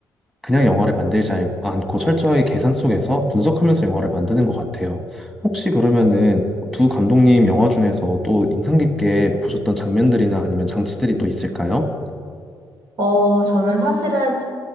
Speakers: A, in the centre; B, on the right.
A: 그냥 영화를 만들지 않- 않고 철저히 계산 속에서 분석하면서 영화를 만드는 것 같아요. 혹시 그러면은 두 감독님 영화 중에서 또 인상 깊게 보셨던 장면들이나 아니면 장치들이 또 있을까요?
B: 어, 저는 사실은